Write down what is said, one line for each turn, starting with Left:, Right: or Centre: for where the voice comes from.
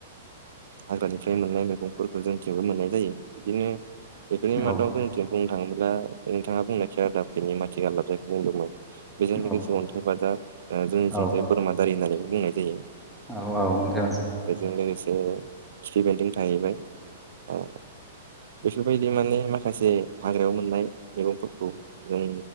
Right: हाग्रानिफ्राय मोननाय मैगंफोरखौ जोंथिंबो मोननाय जायो बिदिनो बेफोरनि मादाव
Centre: औ
Right: जों बुंनो थाङोब्ला नोंथाङा बुंनाखै <unintelligible> माथि गालदाब जायखौ बुंदोंमोन। बेजों लोगोसे
Centre: औ
Right: अन्थाइ बाजाब जोंनिजोंजाय
Centre: औ
Right: बोरमादारि होननानै बुंनाय जायो।
Centre: औ औ अन्थाइ बाजाब
Right: बेजों लोगोसे खिफि बेन्दों थाहैबाय औ। बेफोरबायदि माने माखासे हाग्रायाव मोननाय मैगंफोरखौ जों